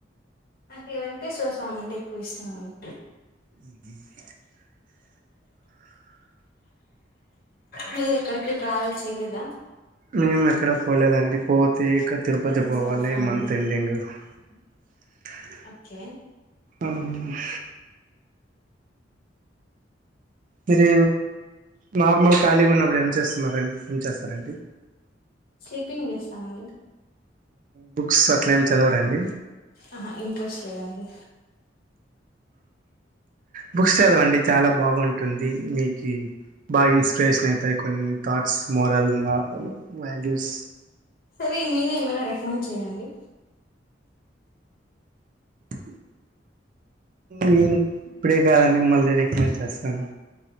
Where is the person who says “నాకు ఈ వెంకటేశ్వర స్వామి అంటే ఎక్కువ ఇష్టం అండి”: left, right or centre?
Left